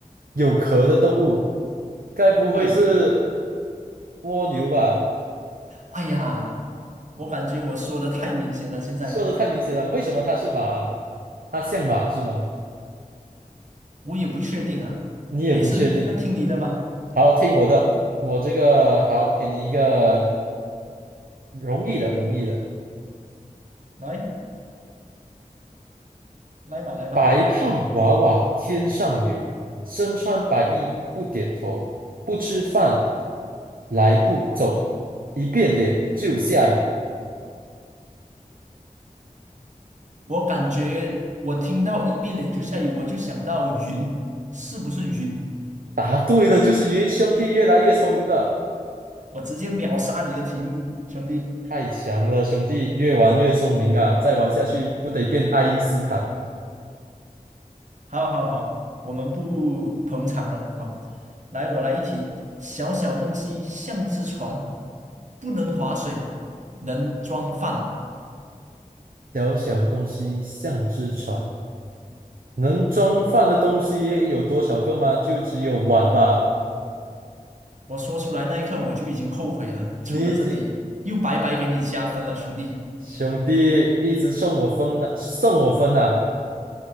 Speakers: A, on the right; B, on the right.
A: 有壳的动物，该不会是？
B: 对，
A: 蜗牛吧，
B: 哎呀，我感觉我说的太明显了，现在
A: 说的太明显了。为什么它是马？它像马是吗？
B: 我也不确定啊。
A: 你也不确定。
B: 没事，那听你的吧，
A: 好，听我的，我这个好，给你一个容易的，容易的。
B: 来，来吧，来吧。
A: 白胖娃娃天上游，身穿白衣不点头，不吃饭来不走，一变脸就下雨。
B: 我感觉我听到一变脸就下雨，我就想到云，是不是云？
A: 答对了，就是云兄弟越来越聪明了，
B: 我直接秒杀你的题目，兄弟。
A: 太强了，兄弟越玩越聪明啊！再玩下去不得变爱因斯坦。
B: 好好好，我们不捧场了。好，来，我来一题：小小东西像只船，不能划水，能装饭。
A: 小小东西像只船，能装饭的东西有多少个吗？就只有碗吧。
B: 我说出来那一刻，我就已经后悔了，出了这题，
A: 你这
B: 又白白给你加分了，兄弟。
A: 兄弟一直送我分呢，送我分呢。